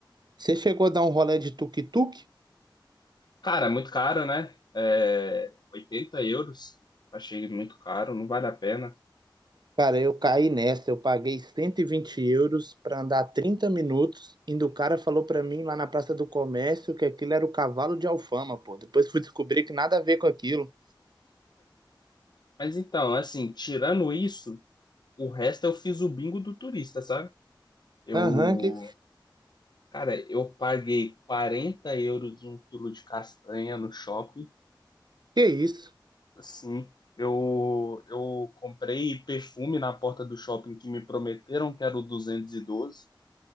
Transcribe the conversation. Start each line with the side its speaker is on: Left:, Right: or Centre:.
Right: Você chegou a dar um rolê de tuk-tuk?
Left: Cara, é muito caro, né? É, 80 euros. Achei muito caro, não vale a pena.
Right: Cara, eu caí nessa. Eu paguei 120 euros para andar 30 minutos. Indo o cara falou para mim lá na Praça do Comércio que aquilo era o cavalo de Alfama, pô. Depois fui descobrir que nada a ver com aquilo.
Left: Mas então, assim, tirando isso, o resto eu fiz o bingo do turista, sabe? Eu,
Right: Aham, que
Left: cara, eu paguei 40 euros um quilo de castanha no shopping.
Right: que é isso?
Left: Assim, eu, eu comprei perfume na porta do shopping que me prometeram que era o duzentos e doze